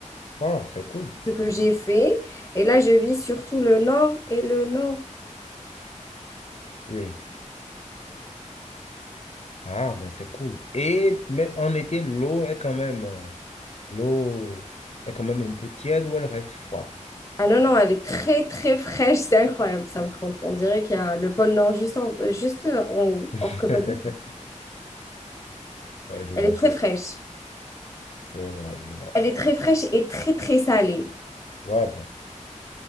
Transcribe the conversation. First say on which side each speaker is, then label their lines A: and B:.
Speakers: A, on the left; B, on the left.
A: wow, c'est cool.
B: ce que j'ai fait. Et là, je vis surtout le nord et le nord-est.
A: Oui. Ah, mais c'est cool. Et même en été, l'eau est quand même, euh, l'eau est quand même un peu tiède ou elle reste froide.
B: Ah non, non, elle est très, très fraîche. C'est incroyable, ça, par contre. On dirait qu'il y a le pôle nord juste en, juste en haut.
A: <laughs>
B: Or que pas du tout.
A: Ouais, j'imagine.
B: Elle est très fraîche.
A: Je vois, je vois.
B: Elle est très fraîche et très, très salée.
A: Ouais, bon.